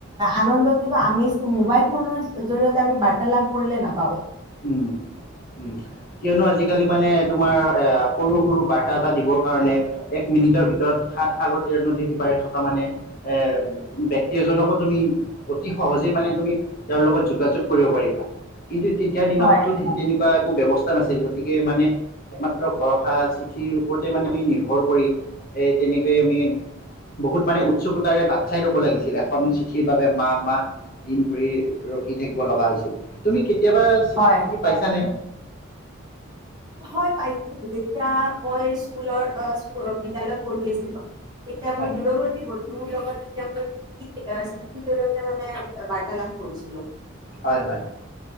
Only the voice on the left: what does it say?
উম উম কিয়নো আজিকালি মানে। তোমাৰ এ সৰু সৰু বাৰ্তা এটা দিবৰ কাৰণে এক মিনিটৰ ভিতৰত সাত সাগৰ তেৰ নদী সিপাৰে থকা মানে এ ব্যক্তি এজনকো তুমি অতি সহজে মানে তুমি তেওঁৰ লগত যোগাযোগ কৰিব পাৰিবা কিন্তু। তেতিয়া দিনতো
তেনেকুৱা একো ব্যৱস্থা। নাছিল গতিকে মানে একমাত্ৰ ভৰসা চিঠিৰ ওপৰতে মানে আমি নিৰ্ভৰ কৰি এ তেনেকে আমি বহুত মানে উৎসুকতাৰে বাট চাই লব লাগিছিল এখন চিঠিৰ বাবে মাহ মাহ দিন ধৰি ৰখি থাকিব লগা হৈছিল তুমি। কেতিয়াবা চিখি
লিখি পাইছানে।
হয়
হয় হয়।